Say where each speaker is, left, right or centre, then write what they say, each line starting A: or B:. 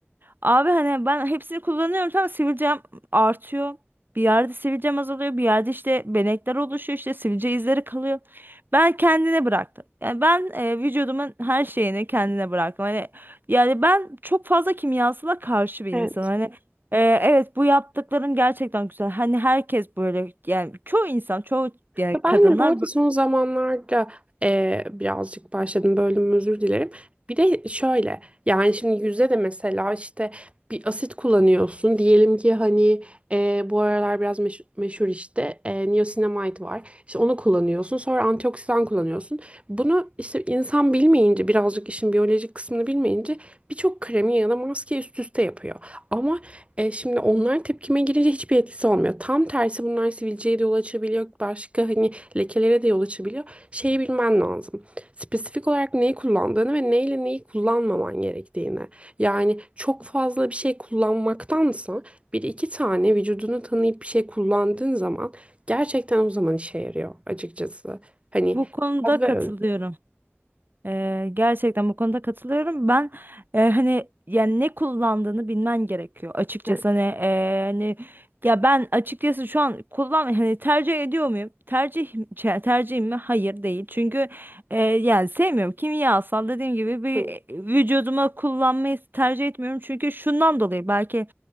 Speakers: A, on the right; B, on the right.
A: Abi hani ben hepsini kullanıyorum tamam sivilcem artıyor. Bir yerde sivilcem azalıyor. Bir yerde işte benekler oluşuyor. işte sivilce izleri kalıyor. Ben kendine bıraktım. Yani ben e, vücudumun her şeyini kendine bıraktım. Hani yani ben çok fazla kimyasala karşı bir
B: Evet.
A: insanım. Hani e, evet bu yaptıkların gerçekten güzel. Hani herkes böyle yani çoğu insan çoğu yani
B: Ya ben
A: kadınlar
B: de bu arada
A: bu
B: son zamanlarda eee, birazcık başladım bölüm özür dilerim. Bir de şöyle yani şimdi yüzde de mesela işte bir asit kullanıyorsun. Diyelim ki hani eee, bu aralar biraz meş- meşhur işte eee niacinamide var. İşte onu kullanıyorsun sonra antioksidan kullanıyorsun. Bunu işte insan bilmeyince birazcık işin biyolojik kısmını bilmeyince birçok kremi ya da maske üst üste yapıyor. Ama e şimdi onlar tepkime girince hiçbir etkisi olmuyor. Tam tersi bunlar sivilceye de yol açabiliyor. Başka hani lekelere de yol açabiliyor. Şeyi bilmen lazım. Spesifik olarak neyi kullandığını ve neyle neyi kullanmaman gerektiğini. Yani çok fazla bir şey kullanmaktansa bir iki tane vücudunu tanıyıp bir şey kullandığın zaman gerçekten o zaman işe yarıyor açıkçası. Hani
A: bu konuda
B: az ve
A: katılıyorum.
B: öz.
A: Ee, gerçekten bu konuda katılıyorum. Ben e, hani yani ne kullandığını bilmen gerekiyor açıkçası
B: Hı
A: hani, e, hani ya ben açıkçası şu an kullan hani tercih ediyor muyum? Tercih çe- tercihim mi? Hayır değil. Çünkü e, yani sevmiyorum. Kimyasal dediğim gibi bir
B: hı.
A: e, vücuduma kullanmayı tercih etmiyorum. Çünkü şundan dolayı belki